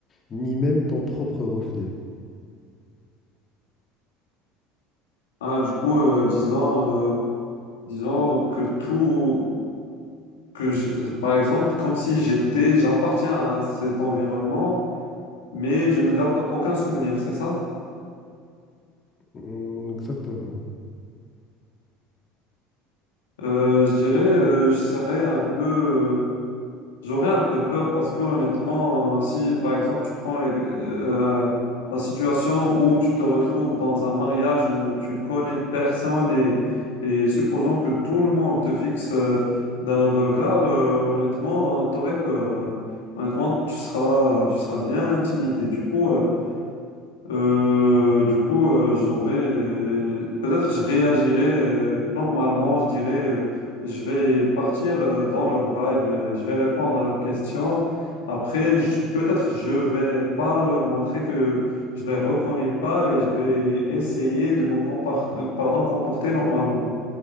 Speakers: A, on the left (about 35°); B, on the left (about 80°).
A: ni même ton propre reflet.
B: Ah, du coup, euh, disons, euh, disons que tout, que je- par exemple, comme si j'étais, j'appartiens à cet environnement, mais je ne garde aucun souvenir, c'est ça?
A: Hmm, exactement.
B: Euh, je dirais, euh, je serais un peu, euh, j'aurais un peu peur parce que honnêtement, si par exemple tu prends les- euh, la situation où tu te retrouves dans un mariage où tu connais personne et, et supposons que tout le monde te fixe euh, d'un regard, euh, honnêtement, t'aurais peur. Euh, Honnêtement, tu seras, tu seras bien intimidé. Du coup, euh, Euh, du coup, euh, j'aurais euh, peut-être je réagirais euh, normalement, je dirais euh, je vais partir euh, dans leur vibe, euh, je vais répondre à leurs questions. Après, je- peut-être je vais pas leur montrer que je les reconnais pas et je vais essayer de me compar- euh, pardon, comporter normalement.